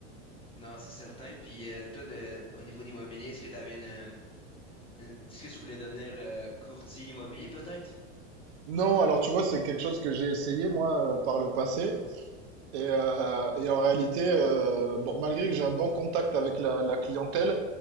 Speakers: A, on the left; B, on the right.
A: Non, c'est certain. Puis, euh, toi, de, au niveau de l'immobilier, est-ce que tu avais une, une- Est-ce que tu voulais devenir euh, courtier immobilier, peut-être?
B: Non, alors tu vois, c'est quelque chose que j'ai essayé moi euh, par le passé. Et, euh, et en réalité, euh, bon, malgré que j'ai un bon contact avec la, la clientèle,